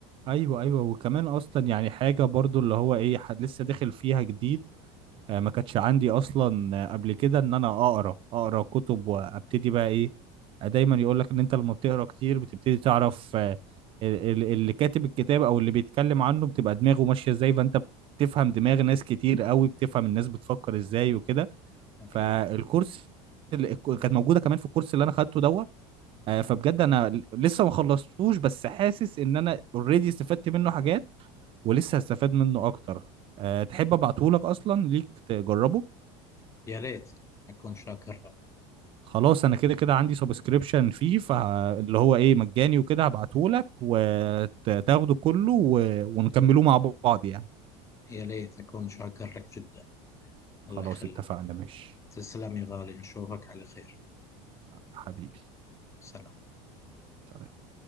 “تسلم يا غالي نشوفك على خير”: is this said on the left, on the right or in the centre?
Left